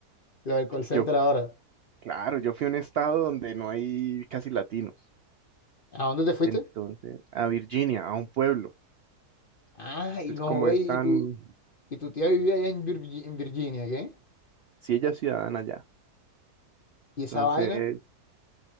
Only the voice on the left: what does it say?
lo del call center
ahora.
¿A dónde te fuiste?
Ah,
y no,
güey,
y tu, y tu tía vivía allá en, Virgi- en Virginia, ¿qué?
¿Y esa
vaina?